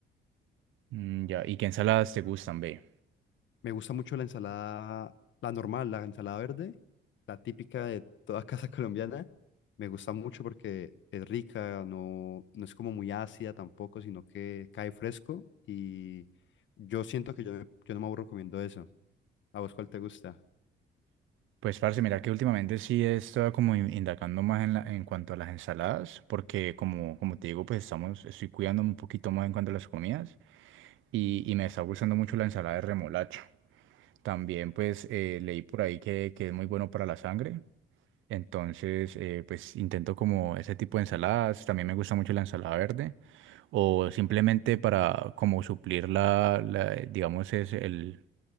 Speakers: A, on the right; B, on the left.
A: Mm, ya, ¿y qué ensaladas te gustan, ve?
B: Me gusta mucho la ensalada, la normal, la ensalada verde, la típica de toda casa <laughs> colombiana. Me gusta mucho porque es rica, no, no es como muy ácida tampoco, sino que cae fresco y yo siento que yo, yo no me aburro comiendo eso. ¿A vos cuál te gusta?
A: Pues, parce, mira que últimamente sí he estado como in- indagando más en, la- en cuanto a las ensaladas, porque como, como te digo, pues estamos, estoy cuidándome un poquito más en cuanto a las comidas y, y me está gustando mucho la ensalada de remolacha. También pues eh, leí por ahí que, que es muy bueno para la sangre Entonces, eh, pues intento como ese tipo de ensaladas. También me gusta mucho la ensalada verde. O simplemente para como suplir la, la, eh, digamos, es el,